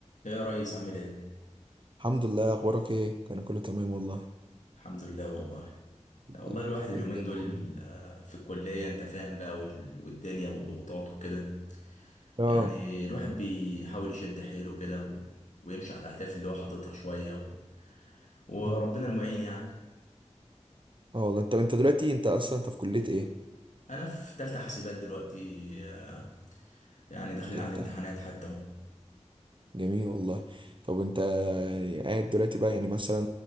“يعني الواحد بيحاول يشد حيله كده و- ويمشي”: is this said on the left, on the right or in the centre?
Left